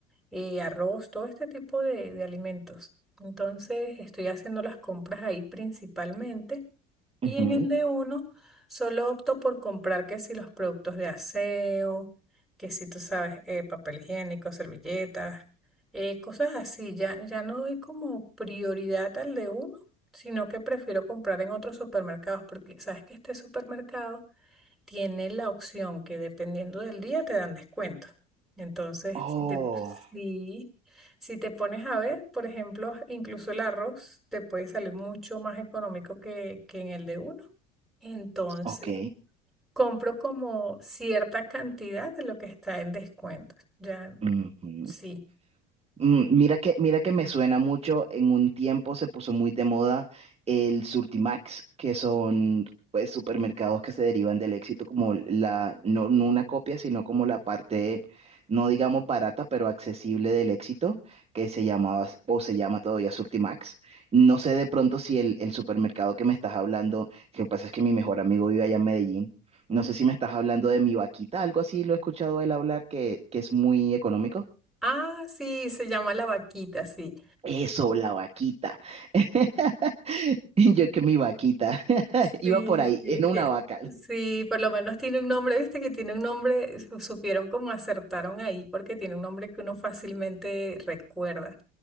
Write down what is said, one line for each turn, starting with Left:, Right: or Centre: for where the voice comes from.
Centre: eh, arroz, todo este tipo de, de alimentos. Entonces estoy haciendo las compras ahí principalmente. Y
Right: ujú.
Centre: en el de uno, solo opto por comprar que si los productos de aseo, que si tú sabes, eh, papel higiénico, servilletas, eh, cosas así. Ya, ya no doy como prioridad al de uno, sino que prefiero comprar en otros supermercados, porque sabes que este supermercado tiene la opción que dependiendo del día te dan descuento. Entonces,
Right: Oh,
Centre: si te, si, si te pones a ver, por ejemplo, incluso el arroz te puede salir mucho más económico que, que en el de uno. Entonces,
Right: ok.
Centre: compro como cierta cantidad de lo que está en descuento. Ya,
Right: Ujú.
Centre: sí.
Right: Mm, Mira que, mira que me suena mucho, en un tiempo se puso muy de moda el Surtimax, que son pues supermercados que se derivan del éxito como la, no, no una copia, sino como la parte, no digamos barata, pero accesible del éxito, que se llamaba o se llama todavía Surtimax. No sé de pronto si el, el supermercado que me estás hablando, lo que pasa es que mi mejor amigo vive allá en Medellín. No sé si me estás hablando de mi vaquita, algo así lo he escuchado él hablar que, que es muy económico.
Centre: Ah, sí, se llama la vaquita, sí.
Right: Eso, la vaquita. <laughs> Yo que mi vaquita. <laughs>
Centre: Sí,
Right: Iba por ahí,
Centre: sí,
Right: en una
Centre: tie-
Right: vaca. <laughs>
Centre: sí, por lo menos tiene un nombre, viste que tiene un nombre, eh, su- supieron cómo acertaron ahí, porque tiene un nombre que uno fácilmente recuerda.